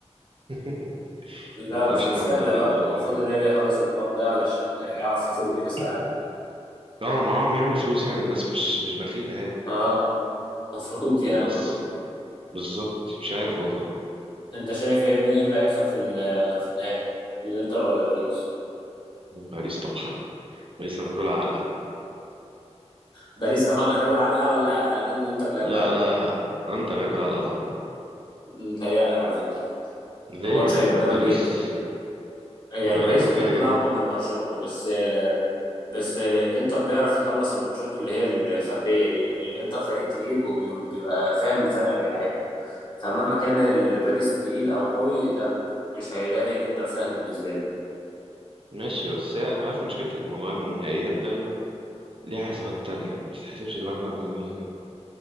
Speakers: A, on the right; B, on the left.
A: <laughs>
B: لا
A: ما
B: مش
A: اعرفش
B: مستاهله
A: الكلام ده بجد
B: بقى هو
A: ولا
B: المفروض
A: ايه
B: الريال يخلص الحوار ده علشان يعرف يفوق لكاس
A: <coughs>
B: العالم
A: اه معاهم يعني فلوس يعني الناس مش مش بخيله يعني
B: اه المفروض يعني
A: بس بالظبط مش عارف والله
B: انت شايف ايه مين ايه اللي هيحصل في ال- في النهائي الانتر ولا باريس
A: باريس طبعا باريس هتاكل علقه
B: باريس طبعا هتاكل علقه ولا الانتر اللي هياكل
A: لا
B: علقه
A: لا انت باكل علقه طبعا
B: متهيألك على فكره
A: ليه
B: الماتش
A: يا عم
B: هيبقى جامد
A: باريس
B: جدا يعني
A: هيبقى
B: باريس
A: جامد
B: مش
A: كده
B: هتكون
A: كده
B: اقوى من برشلونه بس بس الانتر بيعرف يخلص الماتشات اللي هي الفرديه دي الانتر فريق تقيل وبي- وبيبقى فاهم الفرق اللي بيلعبها فمهما كان الباريس تقيل او قوي لا مش هيلاقي الانتر سهل بالنسبه له
A: ماشي بس هي عارف مشكله الموضوع إن النهائيات دايما ليها حسابات تانية ما بتتحسبش زي ما احنا بنعملها كده